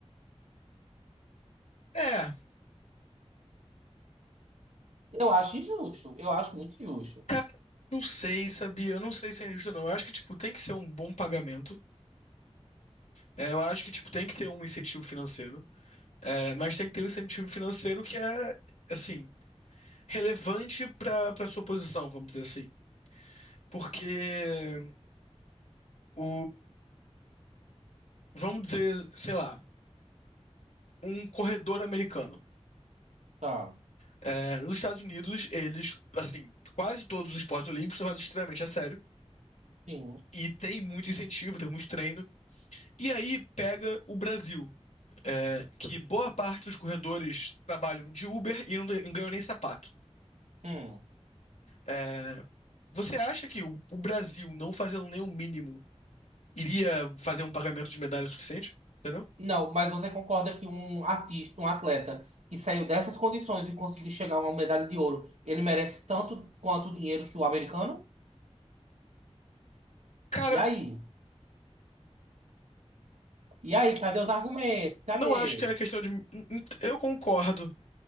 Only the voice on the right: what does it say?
Eu acho injusto, eu acho muito injusto.
Tá,
sim.
Hum.
Não, mas você concorda que um artista, um atleta que saiu dessas condições e conseguiu chegar a uma medalha de ouro, ele merece tanto quanto o dinheiro que o americano?
E aí? E aí, cadê os argumentos? Cadê?